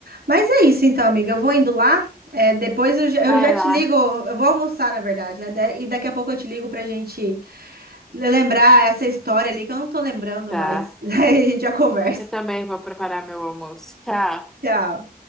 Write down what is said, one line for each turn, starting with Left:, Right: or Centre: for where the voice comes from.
Right: Mas é isso então, amiga. Eu vou indo lá. É, depois eu já, eu
Centre: Vai
Right: já te
Centre: lá.
Right: ligo. Eu vou almoçar, na verdade, né? Da- E daqui a pouco eu te ligo pra gente lembrar essa história ali que eu não tô lembrando,
Centre: Tá.
Right: Tá. mas <laughs> aí a gente já conversa.
Centre: Eu também vou preparar meu almoço. Tchau.
Right: Tchau.